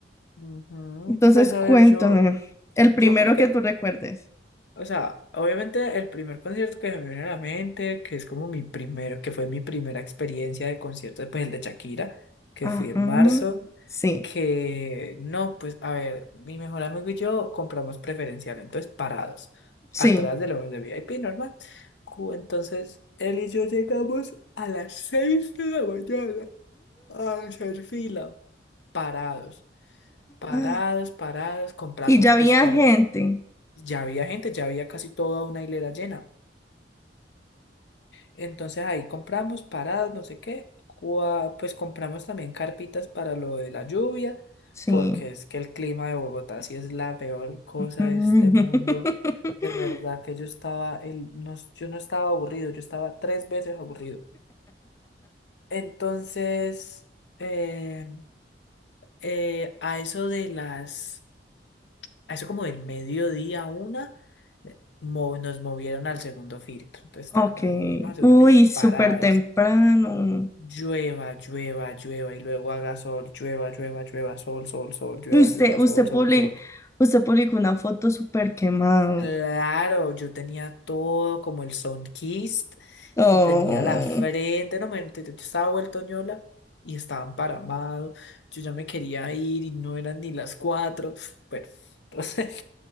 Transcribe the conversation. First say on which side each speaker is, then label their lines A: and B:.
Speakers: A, on the left (about 75°); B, on the left (about 15°).
A: Ujú.
B: Entonces,
A: Pues a
B: cuéntame,
A: ver, yo,
B: el
A: yo
B: primero
A: como que
B: que tú recuerdes.
A: O sea, obviamente el primer concierto que me viene a la mente, que es como mi primero, que fue mi primera experiencia de concierto, pues el de Shakira, que
B: Ajá,
A: fui en marzo,
B: sí,
A: que no, pues a ver, mi mejor amigo y yo compramos preferencial, entonces parados,
B: sí.
A: atrás de los de VIP, normal. Cu- Entonces él y yo llegamos a las 6 de la mañana a hacer fila, parados. Parados,
B: Ah,
A: parados, compramos
B: Y ya
A: pues
B: había
A: car
B: gente.
A: ya había gente, ya había casi toda una hilera llena. Entonces ahí compramos paradas, no sé qué. cua- Pues compramos también carpitas para lo de la lluvia,
B: Sí.
A: porque es que el clima de Bogotá sí es la peor cosa
B: Ujú.
A: de este mundo.
B: <laughs>
A: De verdad que yo estaba, el, no, yo no estaba aburrido, yo estaba tres veces aburrido. Entonces, eh, eh, a eso de las a eso como del mediodía a una, eh, mo- nos movieron al segundo filtro. Entonces,
B: Ok.
A: ta, nos movimos al segundo
B: Uy,
A: filtro,
B: súper
A: parados.
B: temprano.
A: Llueva, llueva, llueva, y luego haga sol, llueva, llueva, llueva, sol, sol, sol, llueva,
B: Usted,
A: llueva,
B: usted
A: sol, sol,
B: publi-
A: sol.
B: usted publicó una foto súper quemado.
A: Claro, yo tenía todo como el sunkist
B: Oh,
A: y tenía la frente, no me te- te- estaba vuelto ñola y estaba emparamado. Yo ya me quería ir y no eran ni las cuatro. Bueno, <laughs> entonces.